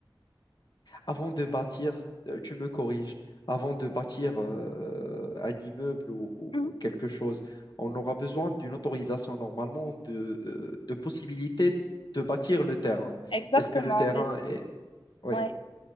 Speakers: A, on the left (about 50°); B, on the left (about 70°).
A: avant de bâtir, euh, tu me corriges, avant de bâtir euh, un immeuble ou, ou-
B: Mhm.
A: ou quelque chose, on aura besoin d'une autorisation normalement de, euh, de possibilité de bâtir le terrain.
B: Exactement,
A: Est-ce que le terrain
B: oui.
A: est... Oui,
B: Ouais.